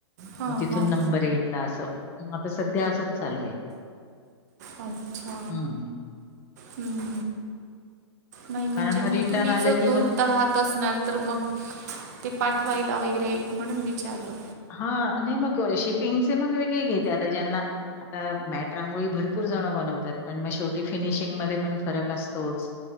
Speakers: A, on the right (about 35°); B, on the left (about 15°).
A: हां
B: मग तिथून
A: हां
B: नंबर घेतला असं म आता सध्या असंच चालू आहे.
A: अच्छा
B: हं.
A: हम्म. नाही म्हणजे
B: कारण
A: मग
B: रिटर्न
A: तुम्ही
B: आलं
A: जर
B: की
A: दूरहात असणार तर मग ते पा ठेवायला वगैरे म्हणून विचारलो.
B: हा नाही मग शिपिंगचे मग वेगळे घेते आता ज्यांना आता मॅट रांगोळी भरपूर कितीजनं बनवतात पण मग शेवटी फिनिशिंग मध्ये पण फरक असतोच.